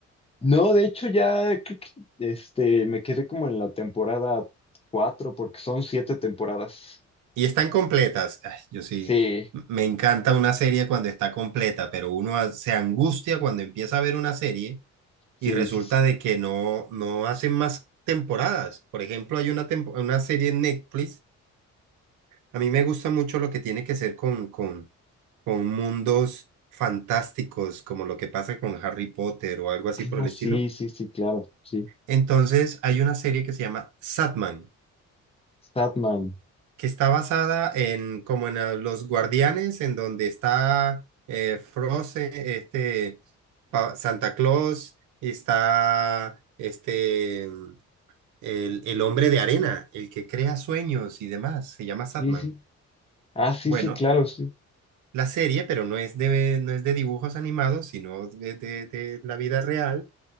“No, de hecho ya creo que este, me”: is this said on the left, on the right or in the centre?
Left